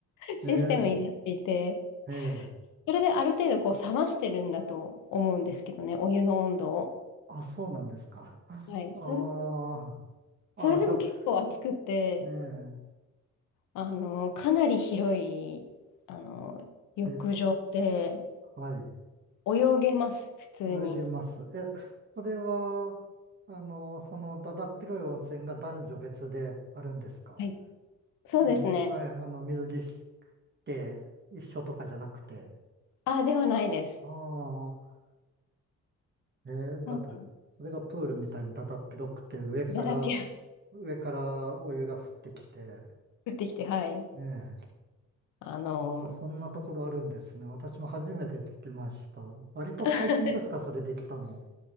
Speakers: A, on the left; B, on the right.
A: <laughs> システムになっていて、
B: い、<laughs> ええ、ええ、
A: それである程度こう冷ましてるんだと思うんですけどね、お湯の温度を。
B: あ、そうなんですか。
A: はい。
B: ああ、
A: それ、それでも結構暑くて、
B: あ、ちょっと、ね
A: あの、かなり広い、あの、浴場で
B: え、え、はい、
A: 泳げます、普通に。
B: 泳げます。え、それは、あの、その、だだっ広い温泉が男女別であるんですか
A: はい。そうですね。
B: あの、はい、あの、水着着て一緒とかじゃなくて。
A: あ、ではないです。
B: ああ、ええ、だだ、
A: も
B: それがプールみたいにだだっ広くて上から、
A: う、だらぴら
B: 上からお湯が降ってきて、
A: 降ってきて、はい。
B: ねえ。
A: あの、
B: ああ、そんなところあるんですね。私も初めて聞きました。割と最近ですか、
A: <laughs>
B: それできたの。